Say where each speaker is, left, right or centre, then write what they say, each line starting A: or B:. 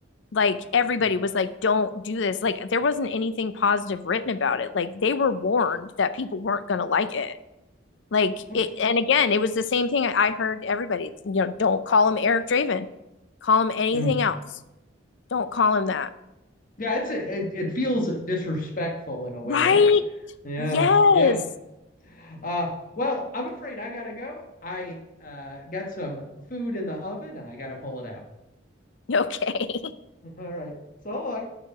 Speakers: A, on the left; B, on the left.
A: like everybody
B: Mm.
A: was like don't do this like there wasn't anything positive written about it like they were warned that people weren't going to like it like
B: Oof.
A: it and again it was the same thing i heard everybody you know don't call him eric draven call him anything
B: Mm.
A: else don't call him that
B: Yeah, it's it, it feels disrespectful in a way,
A: right
B: right? Yeah,
A: yes
B: yeah. Uh, well, I'm afraid I gotta go. I uh got some food in the oven and I gotta pull it out.
A: okay <laughs>
B: <laughs> All right. So long.